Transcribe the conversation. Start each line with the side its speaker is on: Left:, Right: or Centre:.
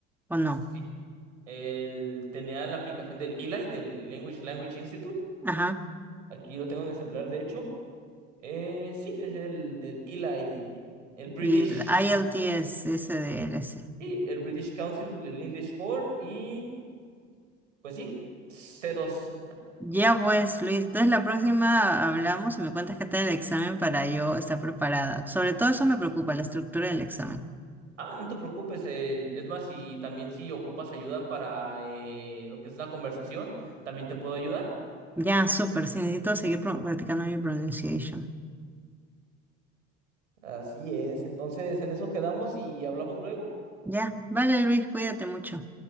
Centre: ¿o no?
Right: sí. El, tenía la aplicación del ELI, del Language Language Institute.
Centre: Ajá.
Right: Aquí lo tengo en el celular, de hecho. Eh, sí, es el del ELI, el British.
Centre: Y el IELTS, ese de LS.
Right: Y el British Council, el English Core y pues sí, c dos
Centre: Ya pues, Luis, entonces la próxima hablamos y me cuentas qué tal el examen para yo estar preparada. Sobre todo eso me preocupa, la estructura del examen.
Right: Ah, no te preocupes. eh, es más, si también si ocupas ayuda para eh, lo que es la conversación, también te puedo ayudar.
Centre: Ya, súper, sí, necesito seguir pro- practicando mi pronunciation.
Right: Así es. Entonces, en eso quedamos y hablamos luego.
Centre: Ya, vale Luis, cuídate mucho.